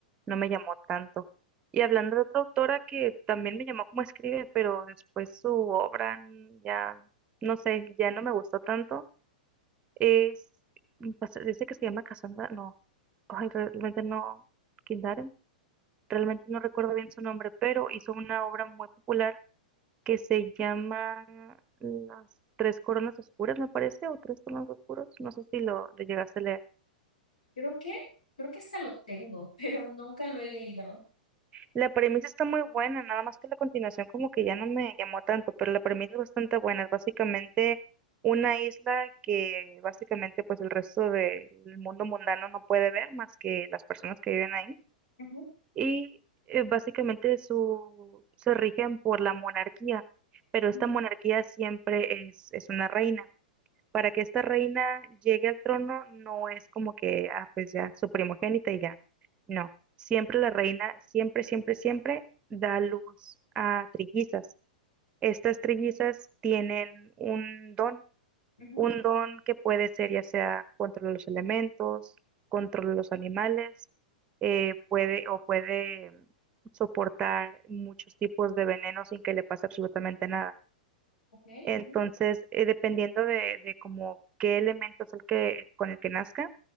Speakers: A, on the right; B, on the left.
A: no me llamó tanto. Y hablando de otra autora que también me llamó como escribe, pero después su obra mm, ya, no sé, ya no me gustó tanto, es, pues, dice que se llama Cassandra, no. ay, realmente no, Kindaren, realmente no recuerdo bien su nombre, pero hizo una obra muy popular que se llama Las Tres Coronas Oscuras, me parece, o Tres Coronas Oscuros, no sé si lo, lo llegaste a leer.
B: Creo que, creo que esta lo tengo, <laughs> pero nunca lo he leído.
A: La premisa está muy buena, nada más que la continuación como que ya no me llamó tanto, pero la premisa es bastante buena, es básicamente una isla que básicamente pues el resto del mundo mundano no puede ver más que las personas que viven ahí
B: Ujú,
A: y eh, básicamente su, se rigen por la monarquía, pero esta
B: ujú,
A: monarquía siempre es, es una reina. Para que esta reina llegue al trono no es como que, ah, pues ya, su primogénita y ya. No, siempre la reina, siempre, siempre, siempre da luz a trillizas. Estas trillizas tienen un don
B: ujú,
A: un don que puede ser ya sea control de los elementos, control de los animales, eh, puede o puede mm, soportar muchos tipos de veneno sin que le pase absolutamente nada.
B: ok,
A: Entonces,
B: ujú,
A: eh, dependiendo de, de como qué elemento es el que, con el que nazca,